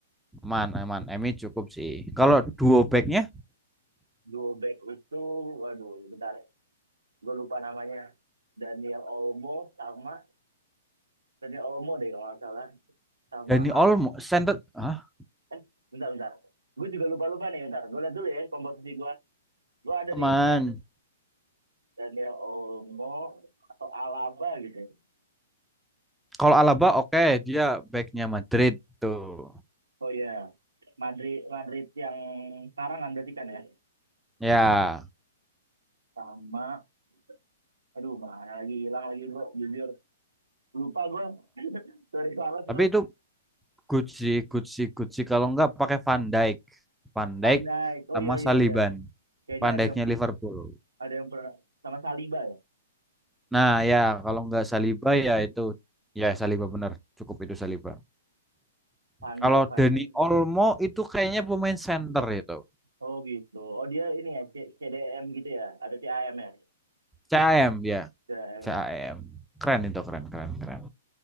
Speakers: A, in the centre; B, on the right (about 85°).
A: aman, aman. Emi cukup sih. Kalau duo backnya
B: Duo back itu, waduh, bentar, gue lupa namanya. Daniel Olmo sama Daniel Olmo deh kalau nggak salah, sama
A: Dani Olmo,
B: Ala.
A: center, ah,
B: Eh, bentar, bentar. Gue juga lupa-lupa nih, bentar. Gue lihat dulu ya komposisi gue. Gue ada
A: aman.
B: nih Daniel Olmo atau Alaba gitu.
A: Kalau Alaba oke, dia backnya Madrid tuh.
B: Oh iya, Madrid Madrid yang sekarang kan berarti kan ya,
A: Ya,
B: sama aduh mana lagi hilang lagi bro, jujur lupa gue. Sorry banget
A: tapi
B: bro.
A: itu good sih, good sih, good sih. Kalau nggak pakai Van Dijk, Van Dijk
B: Andai. Oh
A: sama
B: iya iya
A: Saliban.
B: iya. Kayaknya
A: Van
B: ada
A: Dijknya
B: yang
A: Liverpool.
B: ada yang pernah sama Saliba ya.
A: Nah ya, kalau nggak Saliba ya itu, ya Saliba bener. Cukup itu Saliba.
B: Pandai,
A: Kalau
B: pandai.
A: Dani Olmo itu kayaknya pemain center itu.
B: Oh gitu. Oh dia ini ya, C- CDM gitu ya, atau CAM ya?
A: CAM ya,
B: CAM.
A: CAM. Keren itu, keren, keren, keren.